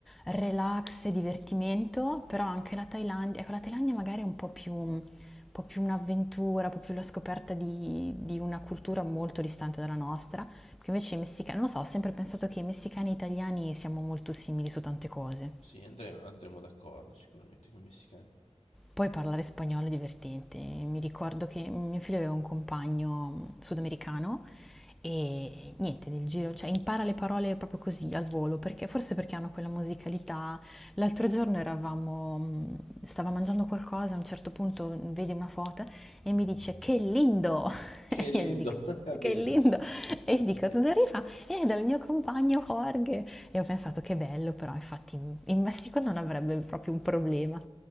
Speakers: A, in the centre; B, on the left.
A: relax e divertimento, però anche la Thailandia, ecco, la Thailandia magari è un po' più, un po' più un'avventura, un po' più la scoperta di di una cultura molto distante dalla nostra. Perché invece i messicani, non lo so, ho sempre pensato che i messicani e italiani siamo molto simili su tante cose.
B: Sì, andremo, andremo d'accordo sicuramente con i messicani.
A: Poi parlare spagnolo è divertente. Mi ricordo che mio figlio aveva un compagno mm, sudamericano e niente, nel giro, cioè impara le parole proprio così al volo, perché forse perché hanno quella musicalità. L'altro giorno eravamo, mh, stava mangiando qualcosa, a un certo punto vede una foto e mi dice che lindo! <laughs>
B: Che lindo,
A: E io gli dico
B: <laughs> bellissimo.
A: che lindo! E
B: <laughs>
A: gli dico da dove arriva? È dal mio compagno Jorge. E ho pensato che bello, però infatti in in Messico non avrebbe proprio un problema.